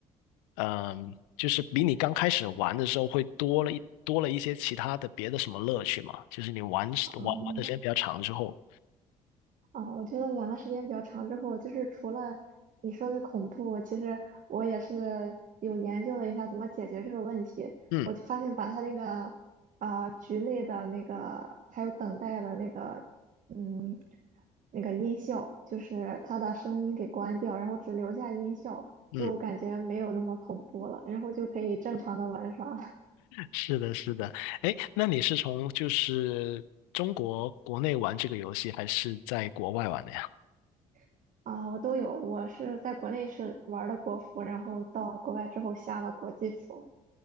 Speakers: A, on the left (about 80°); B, on the right (about 50°).
A: 嗯，就是比你刚开始玩的时候会多了一多了一些其他的别的什么乐趣吗？就是你玩玩玩的时间比较长之后，
B: 嗯，啊，我觉得玩了时间比较长之后，就是除了你说的恐怖，其实我也是有研究了一下怎么解决这个问题。
A: 嗯
B: 我就发现把它那个啊、局内的那个还有等待的那个嗯那个音效，就是它的声音给关掉，然后只留下音效，
A: 嗯，
B: 就感觉没有那么恐怖了，然后就可以正常的玩耍了。
A: 是的是的，哎，那你是从就是中国国内玩这个游戏，还是在国外玩的呀？
B: <laughs> 啊，我都有，我是在国内是玩的国服，然后到国外之后下了国际服。